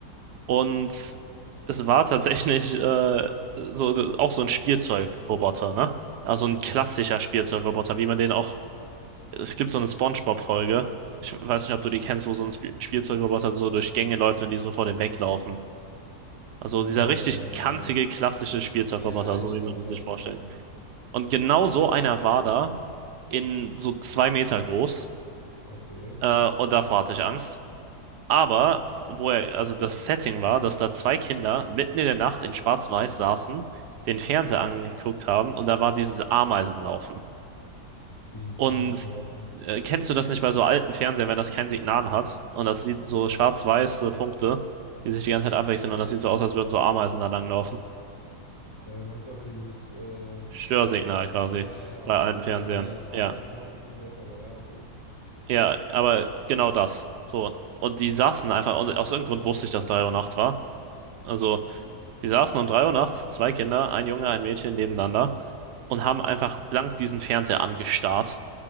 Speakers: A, on the right; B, on the left.
A: Und es war tatsächlich äh, so, so- auch so ein Spielzeugroboter, ne? Also
B: okay.
A: ein klassischer Spielzeugroboter, wie man den auch Es gibt so eine SpongeBob-Folge. Ich weiß nicht, ob du die kennst, wo so ein Spiel Spielzeugroboter so durch Gänge läuft und die so vor dem weglaufen. Also
B: Äh,
A: dieser richtig kanzige klassische Spielzeugroboter,
B: ja, ich
A: so wie
B: glaube,
A: man
B: ich
A: ihn
B: weiß,
A: sich vorstellt.
B: was du meinst.
A: Und genau so einer war da, in so zwei Meter groß.
B: Okay.
A: Äh, und davor hatte ich Angst. Aber wo er, also das Setting war, dass da zwei Kinder mitten in der Nacht in Schwarz-Weiß saßen, den Fernseher angeguckt haben und da war dieses Ameisenlaufen.
B: Wie es
A: Und
B: Ameisen laufen.
A: äh, kennst du das nicht bei so alten Fernsehern, wenn das kein Signal hat? Und das sieht so schwarz-weiße Punkte, die sich die ganze Zeit abwechseln und das sieht so aus, als würden so Ameisen da langlaufen.
B: Äh, meinst du einfach dieses, äh,
A: Störsignal quasi
B: ja, ja,
A: bei
B: okay,
A: alten
B: ich habe
A: Fernsehern.
B: das noch nie als Ameisen
A: Ja,
B: laufen gehört, aber ja, okay.
A: ja, aber genau das. So. Und die saßen einfach, und aus irgendeinem Grund wusste ich, dass 3 Uhr Nacht war. Also,
B: Mhm.
A: die saßen um 3 Uhr nachts, zwei Kinder, ein Junge, ein Mädchen nebeneinander und haben einfach blank diesen Fernseher angestarrt